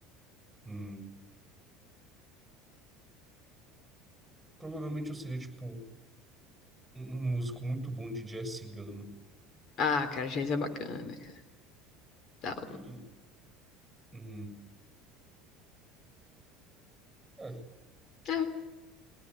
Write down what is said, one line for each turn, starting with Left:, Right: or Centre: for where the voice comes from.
Centre: Hum, provavelmente eu seria, tipo, um, um músico muito bom de jazz cigano.
Left: Ah, cara, Geis é bacana, cara. Tá,
Centre: E, e- hum, é,
Left: é,